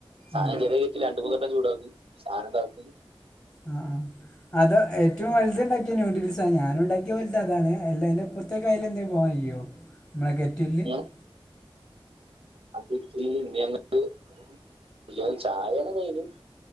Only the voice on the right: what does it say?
സാധനം
ചെറിയ കെറ്റിലാ രണ്ട് മൂന്നട്ടം ചൂടാക്കി സാനം തെയ്ഞ്
ഉം. അത് ഇ <unintelligible> പിന്നെ ചായേണ് മെയിന്.